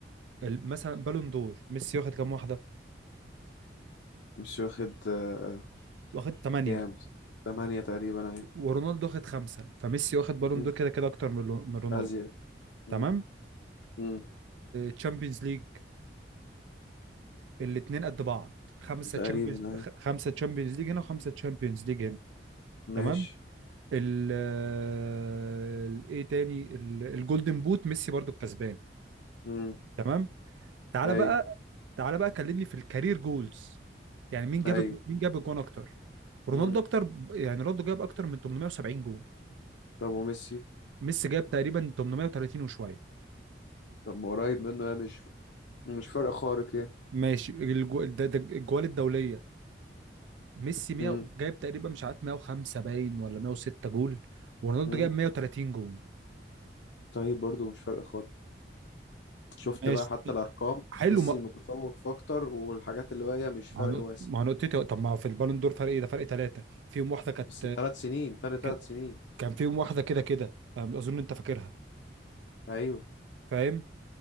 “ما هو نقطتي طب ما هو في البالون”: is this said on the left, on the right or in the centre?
Right